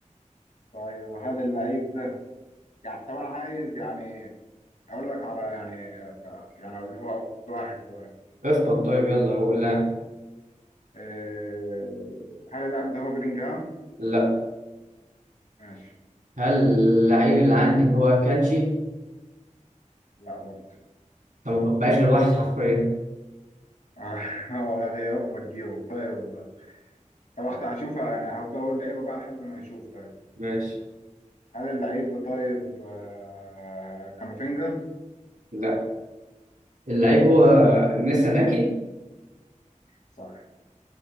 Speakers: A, on the left; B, on the right.
A: طيب هل اللعيب ده يعني طب انا عايز يعني اقول لك على يعني يعني اقول هو أول واحد طيب
B: اخبط طيب يلا هقول لا
A: إيه... هل اللاعب ده هو بيلينجهام؟
B: لا
A: ماشي
B: هل اللعيب اللي عندي هو كانجي
A: لا برضه
B: فما بقاش غير واحد حرفيا
A: آه، <laughs> هو غيره ما تجيبه طيب طب أخت- هشوفها يعني هفضل اقول لعيبه بقى لحد ما نشوف طيب
B: ماشي
A: هل اللعيب ده طيب آه... كامافينجا؟
B: لا اللعيب
A: ماشي
B: هو نيسان أكي
A: صح